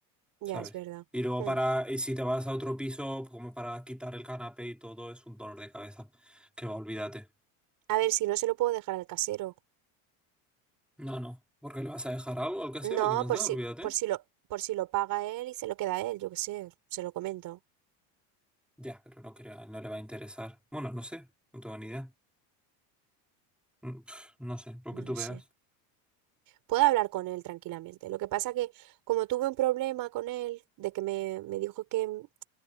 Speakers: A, on the right; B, in the centre.
A: ya
B: ¿sabes?
A: es verdad.
B: Y luego
A: Mm.
B: para... Y si te vas a otro piso, como para quitar el canapé y todo, es un dolor de cabeza. Que va, olvídate.
A: A ver, si no se lo puedo dejar al casero.
B: No, no. porque le vas a dejar algo al casero
A: No,
B: que me has
A: por
B: dado?
A: si,
B: Olvídate.
A: por si lo, por si lo paga él y se lo queda él, yo qué sé, se lo comento.
B: Ya, pero no, crea- no le va a interesar. Bueno, no sé, no tengo ni idea. Mm, pf, No sé, lo
A: No
B: que tú
A: lo
B: veas.
A: sé. puedo hablar con él tranquilamente. Lo que pasa que como tuve un problema con él, de que me, me dijo que m-